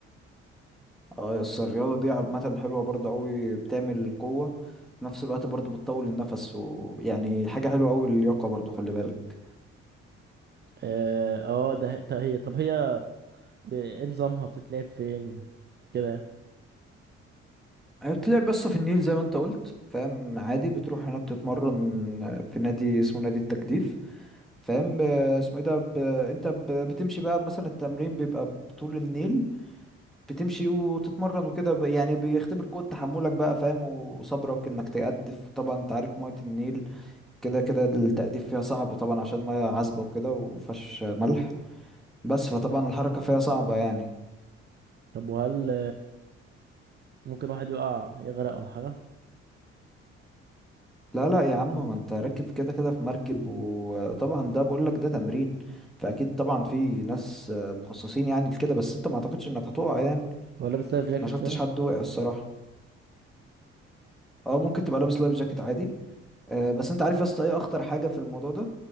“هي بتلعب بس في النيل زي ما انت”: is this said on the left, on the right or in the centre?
Centre